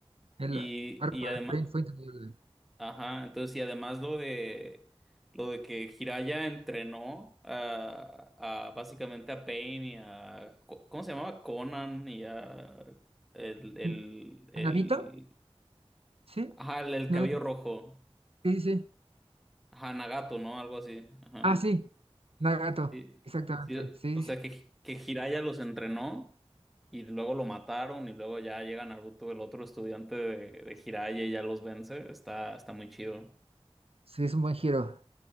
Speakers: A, on the right; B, in the centre.
A: El
B: Y,
A: arco
B: y además,
A: de Pain fue increíble.
B: ajá, entonces, y además lo de lo de que Jiraiya entrenó a, a básicamente a Pain y a Co- ¿cómo se llamaba? Conan y a el, el,
A: N-
B: el
A: ¿Nabito? Sí,
B: ajá, el, el
A: no
B: cabello
A: sé
B: rojo.
A: si- sí, sí. sí.
B: Ajá, Nagato, ¿no? Algo así. Ajá.
A: Ah, sí, Nagato,
B: Sí,
A: exactamente.
B: sí,
A: Sí,
B: o sea
A: sí,
B: que, que Jiraiya los entrenó y luego lo mataron y luego ya llega Naruto, el otro estudiante de, de Jiraiya y ya los vence. Está, está muy chido.
A: sí, es un buen giro.